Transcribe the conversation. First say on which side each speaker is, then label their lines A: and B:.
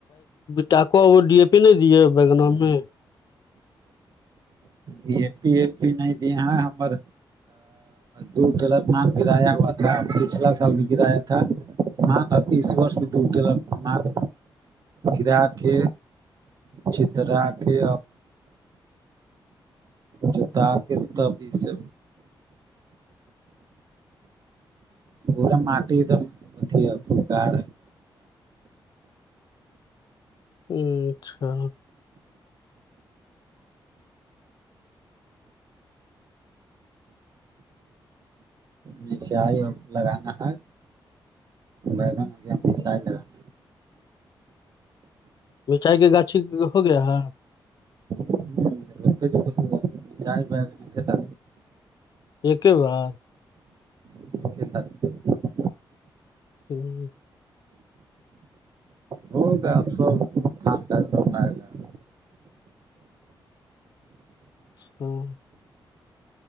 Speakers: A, on the left; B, on the right.
A: ٹاکوا وہ ڈی اے پی نہیں دیے بیگن میں
B: ای پی ای پی نہیں دی ہ ہمر د ل مان گرایا ہوا تھا پچھلا سال بھی گرایا تھا مان ا اس وور میں دور ل اپ گا کے چترا کے تو تاکتاب سے پا مٹی دم پ گار
A: ہ اچھا
B: مسائی لگانا ہے بیگن ہو گیا مسائی لگانا
A: مرچائی کے گاچھی ہو گیا ہے
B: ہے روپے د چائے پ تھا
A: ایک کے بار
B: ٹھیک ہے س
A: ہی
B: ہ کیا آس ہاں گ
A: ہاں